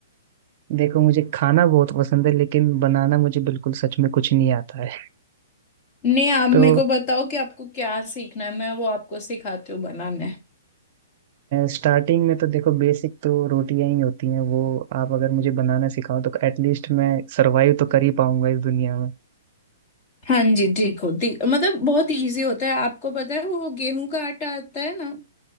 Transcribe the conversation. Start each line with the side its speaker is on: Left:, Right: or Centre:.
Right: देखो मुझे खाना बहुत पसंद है लेकिन बनाना मुझे बिल्कुल सच में कुछ नहीं आता है <laughs>
Left: नहीं आप मेरे
Right: तो
Left: को बताओ कि आपको क्या सीखना है मैं वो आपको सिखाती हूँ बनाने
Right: स्टार्टिंग में तो देखो बेसिक तो रोटियां ही होती हैं वो आप अगर मुझे बनाना सिखाओ तो एटलीस्ट मैं सरवाइव तो कर ही पाऊंगा इस दुनिया में
Left: हाँ जी ठीक हो ठीक मतलब बहुत इजी होता है आपको पता है वो गेहूं का आटा आता है ना